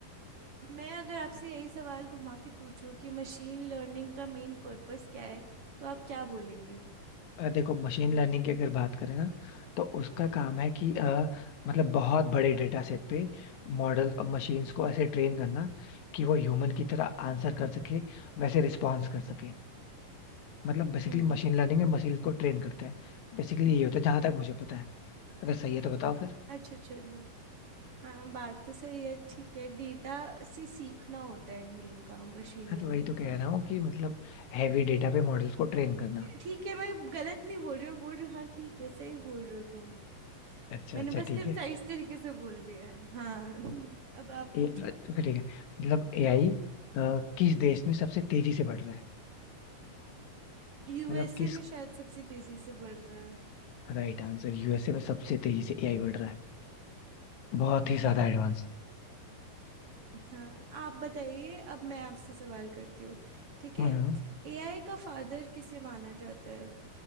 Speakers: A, on the right; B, on the left.
A: मैं अगर आपसे यही सवाल घुमा के पूछूं कि मशीन लर्निंग का मेन पर्पस क्या है तो आप क्या बोलेंगे
B: अ, देखो मशीन लर्निंग की अगर बात करें ना तो उसका काम है कि अ, मतलब बहुत बड़े डेटा सेट पे मॉडल मशीन्स को ऐसे ट्रेन करना कि वो ह्यूमन की तरह आंसर कर सके वैसे रिस्पॉन्स कर सके मतलब बेसिकली
A: हम्म
B: मशीन लर्निंग में मशीन को ट्रेन करते हैं बेसिकली ये होता है जहां तक मुझे पता है अगर सही है तो बताओ फिर
A: अच्छा चलो हाँ बात तो सही है ठीक है डेटा से सीखना होता है मेन काम मशीन
B: हाँ तो
A: लर्निंग
B: वही तो कह
A: का
B: रहा हूँ कि मतलब हैवी डेटा पे मॉडल्स को ट्रेन करना
A: ठीक है मैं गलत नहीं बोल रही हूँ बोल रही हूँ हाँ ठीक है सही बोल रहे हो तुम
B: अच्छा
A: मैंने
B: अच्छा
A: बस
B: ठीक
A: कंसाइज
B: है
A: तरीके से बोल दिया है हाँ <laughs> अब आप
B: ए,
A: पूछो
B: तो फिर ठीक है मतलब एआई किस देश में सबसे तेजी से बढ़ रहा है
A: यूएसए
B: मतलब किस
A: में शायद सबसे तेजी से बढ़ रहा है
B: राइट आंसर यूएसए में सबसे तेजी से एआई बढ़ रहा है बहुत ही ज्यादा
A: हाँ
B: advance
A: हाँ आप बताइए अब मैं आपसे सवाल करती हूँ ठीक
B: Hmm
A: है एआई का फादर किसे माना जाता है